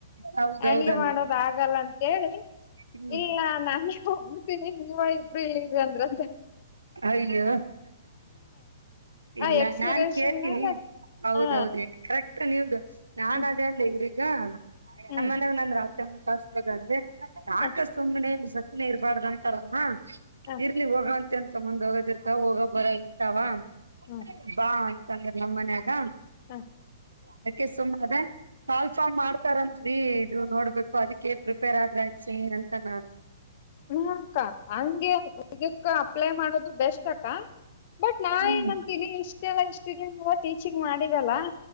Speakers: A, on the right (about 80°); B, on the left (about 45°).
A: ಹೌದೌದಮ್ಮಿ
B: ಹ್ಯಾಂಡಲ್ ಮಾಡೋದ ಆಗಲ್ಲ ಅಂತೇಳಿ
A: ಹ್ಮ್
B: ಇಲ್ಲ ನಾನೇ ಹೋಗಿತಿನಿ ನಾನೇ ಹೋಗಿತಿನಿ ನೀವು ಇಬ್ಬರು ಇರಿ ಅಂತ ಹೇಳಿದರು ಅಂತೆ <unintelligible>
A: ಅಯ್ಯೋ ಇಲ್ಲ
B: ಆ ಎಕ್ಸ್ಪಿರೇಷನ್
A: ನಾನ್ ಕೇಳ್ತೀನಿ
B: ಮೇಲೆ
A: ಹೌದೌದು
B: ಹಾ
A: ಕರೆಕ್ಟ್ ನೀ ಹೋಗಾ <inaudible> ನಾನ್
B: ಹ್ಮ್
A: ಅದೇ ಅಂದೇ ಇಬ್ಬರಿಗ ಜಾ
B: ಹ್ಮ್
A: ನಮ್ಮ ಮನ್ಯಾಗ ನಂದರ <inaudible> ಚಂದ್ ಕೆಲ್ಸ್ತಡೆನ್ಲೆ ಯಾಕ
B: ಹ
A: ಸುಮ್ಮನೆ ಸುಮ್ನೆ ಇರಬಾರದು ಅಂತರ ಮ
B: ಹ
A: ಇರ್ಲಿ ಹೋಗಂ ಎಂತ ಮುಂದ್ ಹೋಗೋದಿರ್ತವ ಹೋಗ ಬರವ ಇರ್ತವ <unintelligible>
B: ಹ
A: ಬ ತ್ತ ಅಂದ್ರು ನಮ್ ಮನ್ಯಗ
B: ಹ
A: ಅದಕ್ಕೆ ಸುಮ್ ಆದೆ ಕಾಲ್ಫಾಮ್ ಮಾಡ್ತಾರಂತ ಈ ಇದು ನೋಡ್ಬೇಕು ಅದಿಕೆ ಪ್ರಿಪೇರ್ ಆದ್ರ ಆಯ್ತ್ ಸುಮ್ನೆ ಇರು ಅಂತ ನಾನ್.
B: ಹ್ಮ ಅಕ್ಕ ಹಂಗೆಗಕ್ಕ ಪ್ಲೇ ಮಾಡೋದು ಬೆಸ್ಟ್ ಅಕ ಬಟ್ ನಾ
A: ಹ್ಮ್
B: ಏನಂತೀನಿ ಇಷ್ಟೆಲ್ಲ ಇಷ್ಟ ಎಲ್ಲ ಟೀಚಿಂಗ್ ಮಾಡಿರಲ್ಲ